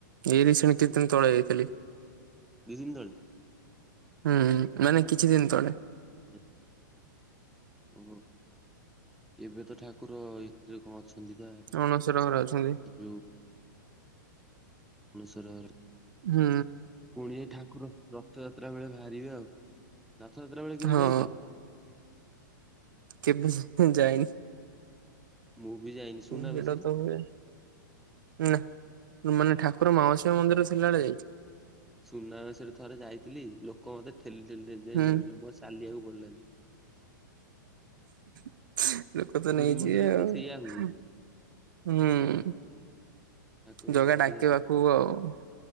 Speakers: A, on the right; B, in the centre.
A: ଏଇରି ରିସେଣ୍ଡ କେତେ ଦିନ ତଳେ ଯାଇଥିଲି।
B: ଦି ଦିନ ତଳେ
A: ହୁଁ, ମାନେ କିଛି ଦିନ ତଳେ।
B: <unintelligible> ଓହୋ! ଏବେ ତ ଠାକୁର ଏଥିରେ କଣ ଅଛନ୍ତି ବା?
A: ଅଣଶର ଘରେ ଅଛନ୍ତି।
B: <unintelligible> <unintelligible>
A: ହୁଁ।
B: ପୁଣି ଯାଇ ଠାକୁର ରଥଯାତ୍ରା ବେଳେ ବାହାରିବେ। ଆଉ ରଥଯାତ୍ରା ବେଳେ କେବେ
A: ହଁ
B: ଯାଇଛ?
A: କେବେ ଯାଇନି?
B: ମୁଁ ବି ଯାଇନି। ସୁନାବେଶରେ।
A: ହୁଁ ହେଟା ତ ହୁଏ <unintelligible> ମାନେ ଠାକୁର ମାଉସି ମା ମନ୍ଦିର ରେ ଥିଲାବେଳେ ଯାଇଚି।
B: ସୁନାବେଶ ରେ ଥରେ ଯାଇଥିଲି ଲୋକ ମତେ ଠେଲି ଠେଲି ଠେଲି ଠେଲି
A: ହୁଁ
B: ନେଇଗଲେ ମତେ ଚାଲିବାକୁ ପଡ଼ି ଲାନି।
A: <inaudible> ଲୋକ ତ
B: ପୁରୀ
A: ନେଇଯିବେ
B: ମନ୍ଦିରରେ ହିଁ
A: ଆଉ
B: ତ ସେଇଆ ହୁଏ।
A: ହୁଁ।
B: ଠାକୁରଙ୍କୁ
A: ଜଗା
B: ପୁରା
A: ଡାକିବ
B: ଟିକେ ସେ-
A: ପାଖକୁ ଆଉ।